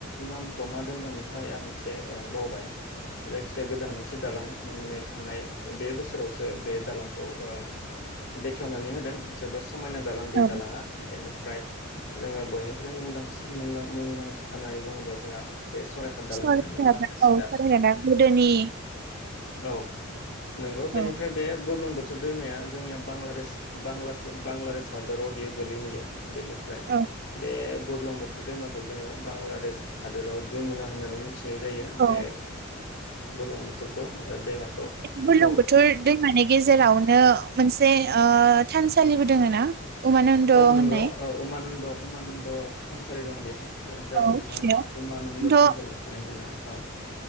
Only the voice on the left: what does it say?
नामखौ मा दोनदोंमोनथाय आं एसे बावबाय जायखिजाया गोदान मोनानसे दालां नै थांनाय बे बोसोरावसो बे दालां औ आ बे बेेखेवनानै होदों जोबोर स मायना दालां बे
दालाङा बेनिफ्राय जोङो बयनि <unintelligible> मुंदांसि मुंदां मुंदांखा नाय होनानै बुङोब्ला जोंहा बे सरायघाट दालाङानो
मुंदांखासिन
आरो
औ नंगौ
बेनिफ्राय बे बुरलुंबुथुर थुर दैमाया जोंनिया बांलादेश बांलासो बांलादेश हादराव बियो गोलैहैयो बेनिफ्राय
बे बुर्लंबुथुर दैमाखौ जोङो बांलादेश हादोराव जमुना होननानै मिथिनाय जायो बे
बुर्लुंबुथुर खौ दैमाखौ
औ
औ
नंगौ औ उमानन्द उमानन्द थानसालि दं बेहाव। जायखौ
जोङो
उमानन्द
टेम्पोल होननानै बुङो औ।